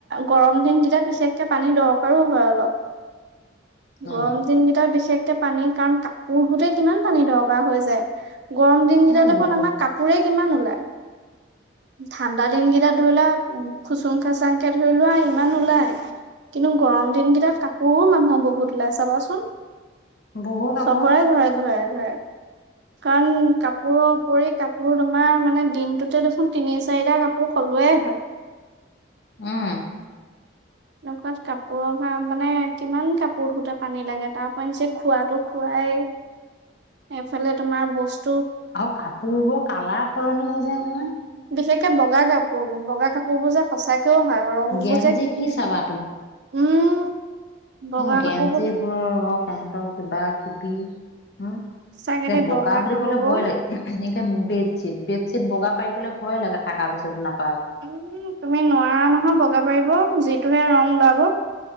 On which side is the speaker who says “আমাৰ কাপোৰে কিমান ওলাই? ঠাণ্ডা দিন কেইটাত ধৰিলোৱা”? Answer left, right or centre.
Right